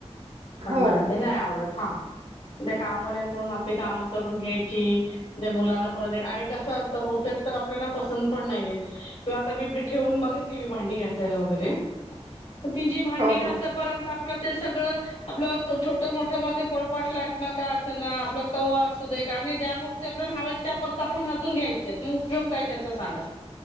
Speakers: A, on the left; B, on the right.
A: पण
B: हो
A: मला ते नाही आवडत हा. त्या कामवाल्यांकडून आपली काम करून घ्यायची, ते मुलांना परत तेन आणि कसं असतं बहुतेक तर आपल्याला पसंत पण नाही येत किंवा आता मी ठेवून बघितली, मी भांडी घासायला वगैरे ती जी भांडी
B: हो
A: घासंपर्यंत
B: हो
A: आपलं ते सगळं आपलं छोटं मोठं म ते प पटलाट ना का असं ना आपला तवा असू दे आणि आपल्या ज्या गोष्टी आपल्याला हव्यात, त्या परत आपण घसून घ्यायच्या. म उपयोग काय त्याचा सांगा.